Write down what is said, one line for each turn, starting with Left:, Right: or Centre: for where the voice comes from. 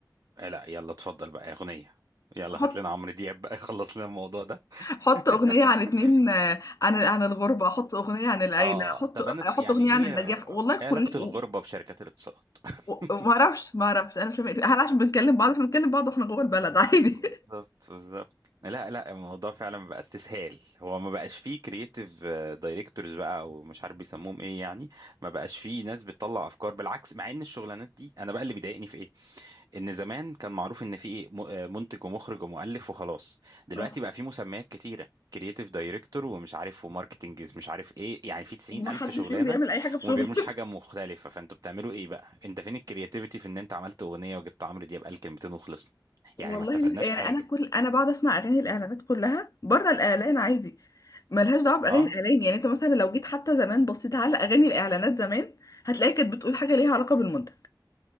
Right: آه لا يلا اتفضل بقى اغنيه يلا
Left: حط
Right: هات لنا عمرو دياب بقى <laughs> يخلص لنا الموضوع ده
Left: حط أغنية
Right: <laughs>
Left: عن اتنين آه، عن عن الغربة حط أغنية عن العيلة
Right: اه
Left: حط
Right: طب انا س-
Left: حط
Right: يعني
Left: أغنية
Right: ايه
Left: عن النجاح
Right: آه،
Left: والله كل
Right: ايه علاقه الغربه
Left: و-
Right: بشركات الاتصالات <laughs>
Left: و- ما اعرفش ما اعرفش انا مش فاهمه إيه. هل عشان بنتكلم بعض احنا بنتكلم بعض واحنا جوه البلد عادي
Right: بالظبط بالظبط لا لا الموضوع فعلا بقى استسهال هو ما بقاش فيه كرييتيف دايركتورز بقى او مش عارف بيسموهم ايه يعني ما بقاش فيه ناس بتطلع افكار بالعكس مع ان الشغلانات دي انا بقى اللي بيضايقني في ايه ان زمان كان معروف ان في ايه م- آه، منتج ومخرج ومؤلف وخلاص دلوقتي
Left: <laughs>
Right: بقى في مسميات كتيره كرييتيف دايركتور ومش عارف وماركتنج مش عارف ايه يعني في 90
Left: ومحدش
Right: الف شغلانه
Left: فيهم بيعمل اي حاجه في شغله
Right: وما بيعملوش حاجه مختلفه فانتوا بتعملوا ايه بقى انت فين الكرياتيفيتي في ان انت عملت اغنيه وجبت عمرو دياب قال كلمتين وخلصنا
Left: <laughs> والله
Right: يعني ما استفدناش
Left: نفسي- يعني
Right: حاجة
Left: انا كل انا بقعد اسمع اغاني الاعلانات كلها بره الاعلان عادي ملهاش دعوه باغاني
Right: اه
Left: الاعلان يعني انت مثلا لو جيت حتى زمان بصيت على اغاني الاعلانات زمان هتلاقي كانت بتقول حاجه ليها علاقه بالمنتج